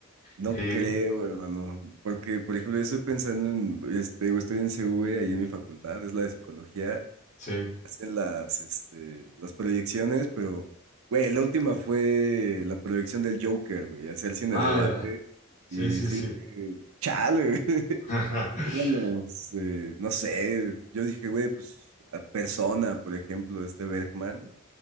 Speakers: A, on the right; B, on the left.
A: No
B: Eh,
A: creo, hermano. Porque, por ejemplo, yo estoy pensando en, este, güey, estoy en CV, ahí en mi facultad, es la de psicología.
B: sí,
A: hacen las, este, las proyecciones, pero, güey, la última fue la proyección del Joker, güey, hacer cine
B: ah,
A: debate.
B: ya. Sí,
A: Y
B: sí,
A: sí,
B: sí.
A: eh, chale, güey. <laughs>
B: <laughs>
A: Pónganos, eh, no sé, yo dije, güey, pues a Persona, por ejemplo, este Bergman,